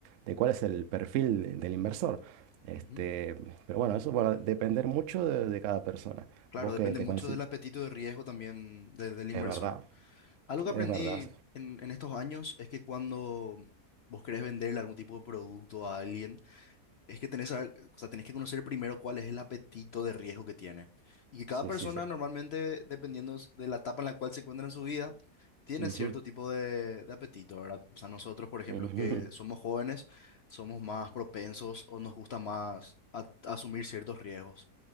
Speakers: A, on the right; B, on the left.
A: de cuál es el perfil de- del inversor. Este,
B: Ujú.
A: pero bueno, eso va a depender mucho de, de cada persona.
B: Claro,
A: Vos
B: depende
A: que te
B: mucho
A: consi-
B: del apetito de riesgo también de- del inversor.
A: Es verdad,
B: Algo que
A: es
B: aprendí
A: verdad.
B: en, en estos años es que cuando vos querés venderle algún tipo de producto a alguien, es que tenés, a- o sea, tenés que conocer primero cuál es el apetito de riesgo que tiene. Y que cada
A: Sí,
B: persona
A: sí, sí. sí.
B: normalmente, dependiendo s- de la etapa en la cual se encuentra en su vida, tiene
A: Ujú,
B: cierto tipo de, de apetito, ¿verdad? O sea, nosotros, por ejemplo,
A: ujú.
B: que somos jóvenes, somos más propensos o nos gusta más a- asumir ciertos riesgos.